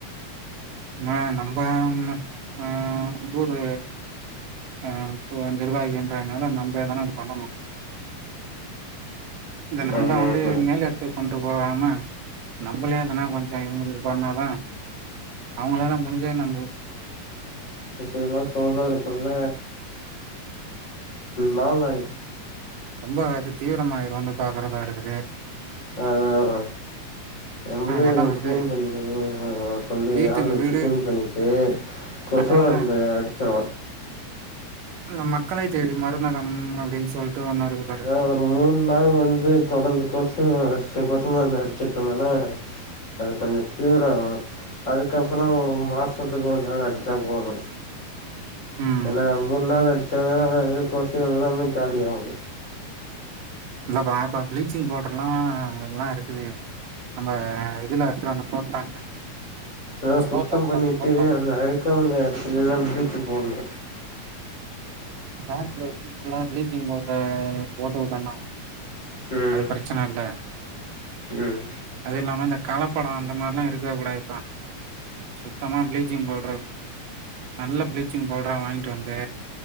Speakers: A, on the right; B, on the left.
A: நா நம்ப வந்து ஆ ஊரு அ இப்ப நிர்வாகி என்றனால நம்ப எதனா பண்ணணு. இத நம்ப
B: ஆமா
A: வந்து
B: ஆமா
A: மேலெடுத்து கொண்டு போகாம, நம்மளேதுனா கொஞ்ச இவங்களுக்கு பண்ணாதா அவங்களால முடிஞ்ச நம்ப
B: இதலா சொல்றதுக்குள்ள நாளாய்டு
A: ரொம்ப அது தீவிரமாயிருனு பாக்குறதா இருக்குது.
B: அதா அதா நம்மளே
A: அதனால
B: அத
A: வந்து
B: க்ளீன் பண்ணி சொல்லி
A: வீட்டுக்கு
B: ஆள் வச்சு
A: வீடு
B: கிளீன் பண்ணிட்டு கொசு
A: அதாதா
B: மருந்து அடிச்சோ
A: நம் மக்களை தேடி மருந்தகம் அப்டின்னு சொல்ட்டு ஒன்னு இருக்கு பாரு
B: அதா ஒரு மூணு நாள் வந்து தொடர்ந்து கொசு அடிச்சாதா கொசு மருந்து அடிச்சோ சொன்னோனா, அது கொஞ்சோ கியூர் ஆவு அதுக்கப்பறோ மாச சத்துக்கு ஒரு தடவ அடிச்சா போது
A: ம்
B: ஏனா மூன் நாள் அடிச் சதா <unintelligible> இது கொசு எல்லாமே காலியாவு.
A: இல்ல பா இப்ப பிளீச்சிங் பவுட்ரு லா எல்லா இருக்குது, நம்ப <unintelligible> இதுல எடுத்துட் வந்து போட்டாங்க.
B: அதா
A: ஸ்டோர்ல
B: சுத்தம்
A: எடுத்துட்டு
B: பண்ணிட்டு
A: வந்து போட்டாங்க
B: அந்த அழுக்கா உள்ள எடத்துல லா பிளீச்சிங் போண்ணு.
A: வாட்ரு வச்சு ஃபுல்லா ப்ளீச்சிங் பவ்ட்ர போட்டுவுட்டோனா
B: ம்
A: அது ப்ரெச்சன இல்ல,
B: ம்
A: அது இல்லாம இந்த கலப்படோ அந்த மார்லா இருக்க கூடாதுப்பா, சுத்தமா ப்ளீச்சிங் பவுட்ரு, நல்ல ப்ளீச்சிங் பவ்ட்ரா வாங்ட்டு வந்து